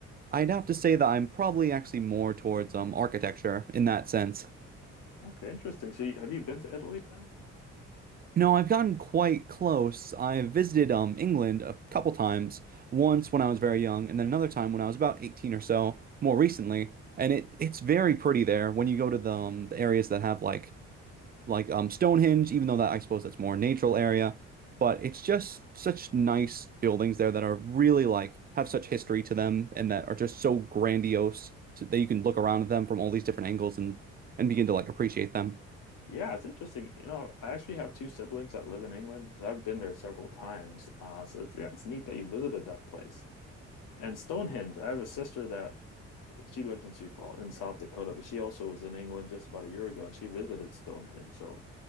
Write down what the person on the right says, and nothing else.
I'd have to say that I'm probably actually more towards um architecture in that sense.
No, I've gotten quite close. I visited um England a couple times, once when I was very young, and then another time when I was about 18 or so, more recently. And it it's very pretty there when you go to the, um, the areas that have like like um Stonehenge, even though that I suppose that's more a natural area, but it's just such nice buildings there that are really like have such history to them and that are just so grandiose so that you can look around at them from all these different angles and and begin to like appreciate them.